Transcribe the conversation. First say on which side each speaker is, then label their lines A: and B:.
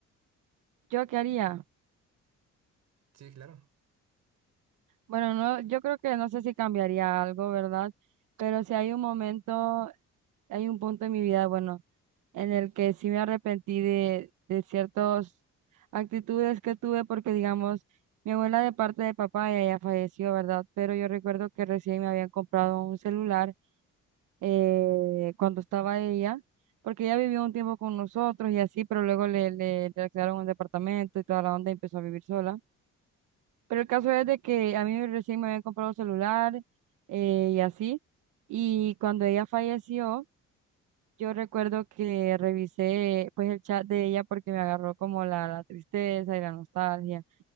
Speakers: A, on the right; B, on the right.
A: ¿yo qué haría?
B: Sí, claro. <laughs>
A: Bueno, no, yo creo que no sé si cambiaría algo, ¿verdad? Pero si hay un momento, hay un punto en mi vida, bueno, en el que sí me arrepentí de, de ciertas actitudes que tuve, porque digamos, mi abuela de parte de papá ella ya falleció, ¿verdad? Pero yo recuerdo que recién me habían comprado un celular eh, cuando estaba ella, porque ella vivió un tiempo con nosotros y así, pero luego le, le, le alquilaron un departamento y toda la onda y empezó a vivir sola. Pero el caso es de que a mí recién me habían comprado celular eh, y así. Y cuando ella falleció, yo recuerdo que revisé pues el chat de ella porque me agarró como la, la tristeza y la nostalgia.